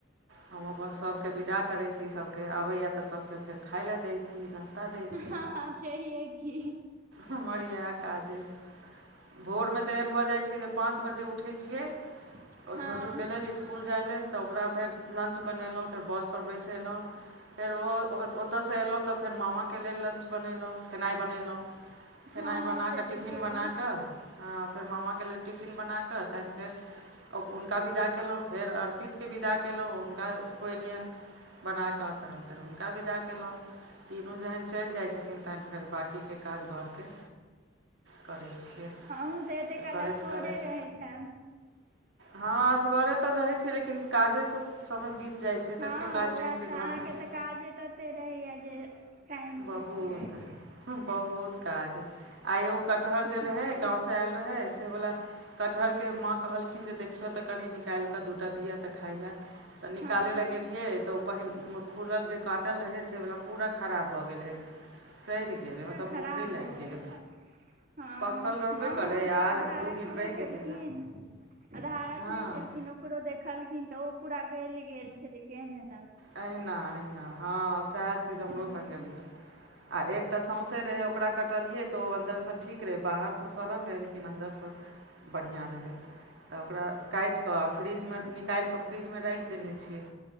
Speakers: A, on the right; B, on the right.
A: हम अपन सभके विदा करै छी सभके आबैए तऽ सभकेँ फेर खाय लेलए दै छी नाश्ता ता दैछि
B: हँ हँ छैहे की
A: कमरिया काजे भोरमे तऽ एहन भऽ जाइत छै जे पाँच बजे उठै छियै
B: हँ
A: ओ छोटु के लेल इसकुल जाइ लेल तऽ ओकरा फेर लंच बनेलहुँ फेर बस परर बैसेलहुॅँ फेर ओ ओ ओतऽसँ एलहुँ तऽ फेर मामाके लेल लंच बनेलहुँ खेनाइ बनेलहुँ खेनाइ
B: हँ
A: बना
B: से
A: कऽ
B: तऽ
A: टिफिन
B: छैहे
A: बना कऽ आ फेर मामाके लेल टिफिन बना कऽ तहन फेर हुनका विदा कयलहुँ फेर अर्पित के विदा कयलहुँ हुनका खुएलियन बनाकऽ तहन फेर हुनका बिदा कलहुँ तीनू जहन चलि जाइ छथिन तहन फेर बाँाकी के काज घरके करै छियै
B: उ तऽ एते काल
A: करैत
B: असगरे
A: करैत
B: रहैत हैब
A: हँ असगरे तऽ रहै छियै लेकिन काजे सँ समय बीत जाइत छै
B: हँ
A: ततेक काज
B: उएह
A: रहैत छै
B: तऽ अहाँके
A: घरमे जे
B: तऽ काजे तऽ तते रहैया जे टाइम
A: बहुत
B: बीत जाए
A: बहुत काज आइ एगो कटहर जे
B: हँ
A: रहै गाँव सँ आयल रहै से वला कटहरके माँ कहलखिन जे देखियौ तऽ कनि निकालि कऽ दू टा दिअ तऽ खाइ लए ते निकाले
B: हँ
A: ले गेलिये तो पहिल खुलल जे काटल रहै से वला पूरा खराब भऽ गेलै सड़ि गेलै
B: अच्छा
A: मतलब
B: खराब
A: फुफरी लागि
B: भ
A: गेलै
B: गेल हँ
A: पकल रहबे
B: माँ
A: करै
B: ओ
A: आर
B: आधा
A: दू
B: रखने
A: दिन रहि
B: छलखिन
A: गेलै
B: आधा रखने
A: हँ
B: छलखिन ओकरो देखलखिन तऽ ओ पूरा गलि गेल छलै केहन ए
A: अना अहिना हँ सएह चीज हमरो
B: हँ
A: सङ्गे भेल आ एकटा सौँसै रहै ओकरा कटलियै त ओ अन्दर सँ ठीक रहै बाहर सँ सड़ल रहै लेकिन अन्दर सँ बढ़िया रहै तऽ ओकरा काटििकऽ आ फ्रीजमे निकालि कऽ फ्रीजमे राखि देने छियै